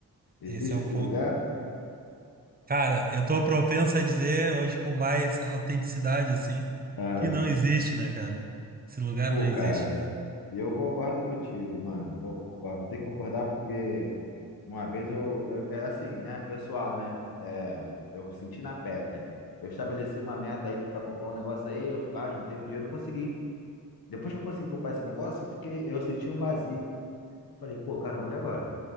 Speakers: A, on the left (about 85°); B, on the right (about 25°).
A: Existe
B: Esse é um
A: esse
B: ponto
A: lugar?
B: Cara, eu tô propenso a dizer hoje com mais autenticidade, assim,
A: Ah,
B: que não existe, né, cara? Esse lugar
A: pô,
B: não existe.
A: cara. eu concordo contigo, mano. Concordo. Vou ter que concordar porque Uma vez eu, eu- é assim, né, pessoal, né? É, eu senti na pele. Eu estabeleci uma meta aí para comprar um negócio aí, eu faço, não tenho dinheiro, eu consegui. Depois que eu consegui comprar esse negócio, eu fiquei, eu senti um vazio. Eu falei, pô, caramba, e agora? O